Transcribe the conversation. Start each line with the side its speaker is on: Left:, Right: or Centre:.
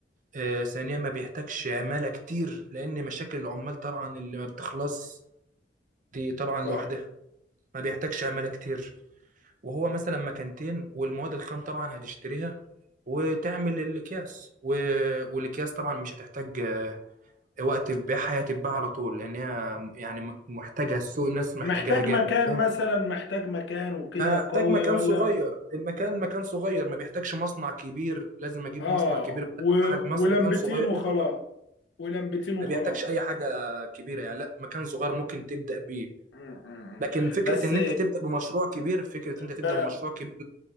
Right: آه، ثانيا ما بيحتاجش عمالة كتير لأن مشاكل العمال طبعا اللي ما بتخلص دي طبعا لوحدها
Left: صح
Right: ما بيحتاجش عمالة كتير وهو مثلا مكانتين والمواد الخام طبعا هتشتريها وتعمل الأكياس و... والأكياس طبعا مش هتحتاج آه، وقت في بيعها هي هتتباع على طول لأن هي يعني م- محتاجة السوق الناس محتاجاها
Left: محتاج
Right: جامد
Left: مكان
Right: فاهم؟
Left: مثلا محتاج مكان وكده
Right: هحتاج
Left: قوي
Right: مكان
Left: ولا
Right: صغير المكان مكان صغير ما بيحتاجش مصنع كبير لازم أجيب
Left: اه
Right: مصنع كبير
Left: و...
Right: حجم مصنع
Left: ولمبتين
Right: مكان صغير
Left: وخلاص
Right: وخلاص
Left: ولمبتين وخلاص
Right: ما بيحتاجش اي حاجه كبيره يعني لا مكان صغير ممكن تبدا بيه
Left: مم، مم.
Right: لكن فكره
Left: بس
Right: ان انت تبدا بمشروع كبير فكره
Left: ب...
Right: ان انت تبدا بمشروع كبير لا